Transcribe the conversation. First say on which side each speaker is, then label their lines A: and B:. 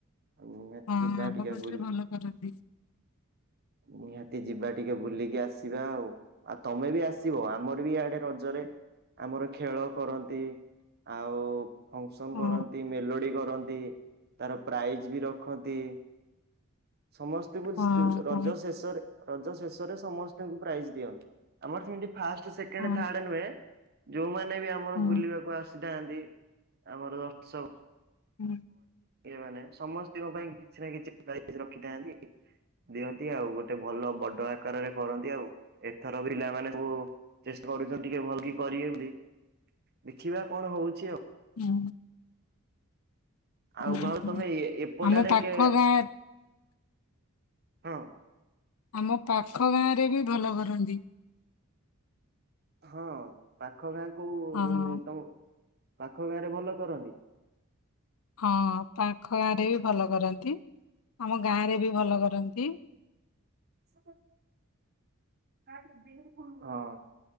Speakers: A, on the right; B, on the left.
A: ନିହାତି
B: ହଁ
A: ଯିବା
B: ଆମ
A: ଟିକେ
B: ପଟରେ
A: ବୁଲି
B: ଭଲ କରନ୍ତି
A: ନିହାତି ଯିବା ଟିକେ ବୁଲିକି ଆସିବା ଆଉ ଆଉ ତମେ ବି ଆସିବ ଆମର ବି ଇଆଡେ ରଜରେ ଆମର ଖେଳ କରନ୍ତି ଆଉ ଫଙ୍କସନ
B: ହଁ
A: କରନ୍ତି ମେଲୋଡି କରନ୍ତି ତାର ପ୍ରାଇଜ ବି ରଖନ୍ତି ସମସ୍ତଙ୍କୁ
B: ହଁ
A: ରଜ
B: ହଁ
A: ଶେଷରେ ରଜ ଶେଷରେ ସମସ୍ତଙ୍କୁ ପ୍ରାଇଜ ଦିଅନ୍ତି ଆମର ସେମିତି ଫାଷ୍ଟ ସେକେଣ୍ଡ
B: ହଁ
A: ଥାର୍ଡ ନୁହେଁ ଯେଉଁ ମାନେ ବି ଆମର
B: ହୁଁ
A: ବୁଲିବାକୁ ଆସିବ ଥାନ୍ତି ଆମର ଦର୍ଶକ
B: ହୁଁ
A: ମାନେ ସମସ୍ତଙ୍କ ପାଇଁ କିଛି ନା କିଛି ପ୍ରଇଜ୍ ରଖିଥାନ୍ତି ଦିଅନ୍ତି ଆଉ ଗୋଟେ ଭଲ ବଡ ଆକାରରେ କରନ୍ତି ଆଉ ଏଥର ପିଲା ମାନ ସବୁ ଚେଷ୍ଟା କରୁଛନ୍ତି ଟିକେ ଭଲ କି କରିବେ ବୋଲି ଦେଖିବା କଣ ହଉଛି ଆଉ
B: ହୁଁ
A: ଆଉ
B: ହୁଁ
A: ଭାଉଜ
B: ହୁଁ।
A: ତମେ ଏ ଏପଟ
B: ଆମ
A: ଆଡେ
B: ପାଖ
A: କେ
B: ଗାଁ
A: ହଁ
B: ଆମ ପାଖ ଗାଁରେ ବି ଭଲ କରନ୍ତି
A: ହଁ ପା ପାଖ ଗାଁ କୁ
B: ହଁ
A: ତମ ପାଖ ଗାଁ ରେ ଭଲ କରନ୍ତି
B: ହଁ ପାଖ ଗାଁରେ ବି ଭଲ କରନ୍ତି ଆମ ଗାଁରେ ବି ଭଲ କରନ୍ତି
A: ସ ହଁ